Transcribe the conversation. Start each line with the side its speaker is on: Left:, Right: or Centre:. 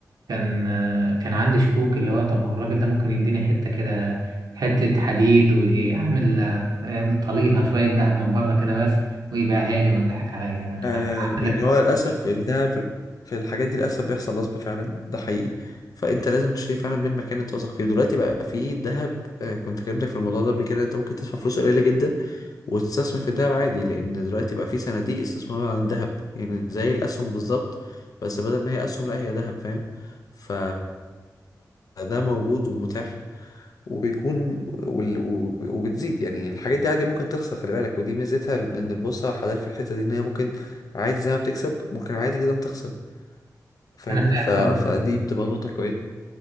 Right: كان آه، كان عندي شكوك اللي هو طب ما هو الراجل ده ممكن يديني حتة كده حتة حديد ويعمل آه، يعمل طليها شوية ذهب من بره كده بس ويبيعها لي ويضحك عليا
Left: آه يعني
Right: أنا
Left: هو للأسف إن ده في في الحاجات دي للأسف بيحصل نصب فعلا ده حقيقي فأنت لازم تشتري فعلا من مكان أنت واثق فيه دلوقتي بقى في دهب آه كنت كلمتك في الموضوع ده قبل كده أنت ممكن تدفع فلوس قليلة جدا واستثمر في الذهب عادي لان دلوقتي بقى في صناديق استثمار عن الذهب يعني زي الاسهم بالظبط بس بدل ما هي اسهم لا هي ذهب فاهم ف فده موجود ومتاح وبيكون وال... وب- وبتزيد يعني الحاجات دي عادي ممكن تخسر خلي بالك ودي ميزتها ان البورصه حلال في الحته دي ان هي ممكن عادي زي ما بتكسب ممكن عادي جدا تخسر فاهمني
Right: أنا فاهم
Left: ف...
Right: طبعا
Left: فدي بتبقى نقطه كويسه